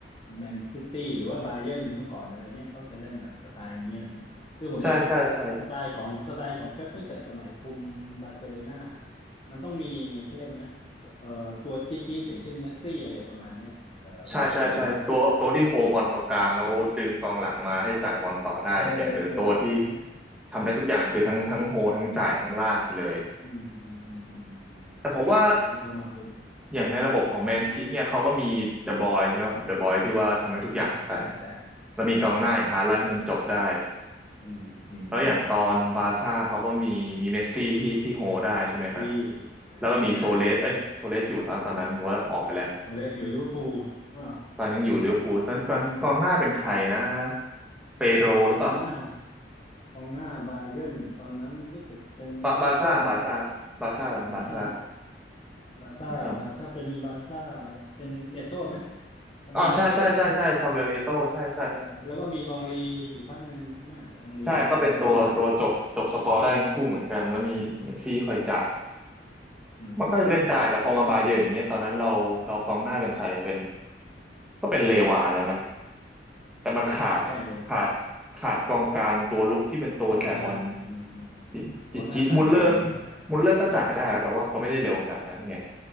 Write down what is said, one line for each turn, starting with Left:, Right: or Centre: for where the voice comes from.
Left: แมนซิตี้หรือว่าบาเยิร์นเมื่อก่อนอะไรเงี้ยเขาจะเล่นแบบสไตล์นี้อะไรเงี้ยคือผมว่า
Centre: ใช่ใช่ใช่
Left: สไตล์ของสไตล์ของเป๊ปตั้งแต่สมัยคุมบาร์เซโลนามันต้องมีเขาเรียกนะเอ่อตัวจิ๊กจิ๊กอย่างเช่นเมสซี่อะไรประมาณเนี้ยเออมันถึงจะ
Centre: ใช่ใช่ใช่ตัวตัวที่โฮบอลตรงกลางแล้วดึงกองหลังมาให้จ่ายบอลต่อได้อย่างเงี้ยหรือตัวที่
Left: เออเอออะไรเงี้ย
Centre: ทำได้ทุกอย่างคือทั้งทั้งโฮทั้งจ่ายทั้งลากไปเลย
Left: อืมอืมอืมอืมอืม
Centre: แต่ผมว่า
Left: ทีนี้พอมาเป็นอืม
Centre: อย่างในระบบของแมนซีเนี่ยเขาก็มีเดอะบอยใช่ไหมผมเดอะบอยที่ว่าทำให้ทุกอย่างเหมือนกัน
Left: อืมใช่ใช่
Centre: แล้วมีกองหน้าอย่างฮาลันด์ที่มันจบได้
Left: อ่าอ่าอืมอืมอืม
Centre: แล้วอย่างตอนบาร์ซ่าเขาก็มีมีเมสซี่ที่ที่โฮได้ใช่ไหมฮะ
Left: เมสซี่อ่าใช่
Centre: แล้วก็มีโซเลสเอ้ยโซเลสอยู่ตอนตอนนั้นหรือว่าออกไปแล้ว
Left: โซเลสอยู่ลิเวอร์พูลว่า
Centre: ตอนยังอยู่ลิเวอร์พูลนั้นตอนกองหน้าเป็นใครนะ
Left: เดี๋ยวตอนนั้นเนี่ย
Centre: เปโดรหรือเปล่า
Left: กองหน้ากองหน้าบาเยิร์นตอนนั้นรู้สึกเป็นเอโต้ไหมอะ
Centre: บาบาร์ซ่าบาร์ซ่าบาร์ซ่าตอนบาร์ซ่า
Left: บาร์ซ่าบาร์ซ่าเอ่อถ้าเป็นบาร์ซ่า
Centre: ผมจ
Left: เป็นเอโต้ไหมซามูเอลเอโต้
Centre: ำอ๋อใช่ใช่ใช่ใช่ซามูเอลเอโต้ใช่ใช่
Left: เออแล้วก็มีอองลีอยู่พักหนึ่งใช่ไหมอองลีย้ายจากอาร์เซนอลมา
Centre: ใช่ก็เป็นตัวตัวจบจบสกอร์ได้ทั้งคู่เหมือนกันแล้วมีเมสซี่คอยจ่าย
Left: เอออืมอืมอืม
Centre: มันก็เล่นได้แต่พอมาบาเยิร์นอย่างเงี้ยตอนนั้นเราเรากองหน้าเป็นใครเป็นก็เป็นเลวานแล้วนะ แต่มันขาดขาดขาดกองกลางตัวลุกที่เป็นตัวจ่ายบอล
Left: อ่าอ่าใช่เลยการกองกลางอืมอืม
Centre: จิ
Left: ตัวสร้างสรรค์เกมเนอะเออ
Centre: จิจมุดเลอร์มุลเลอร์ก็จ่ายได้นะแต่ว่าเขาไม่ได้เร็วขนาดนั้นไง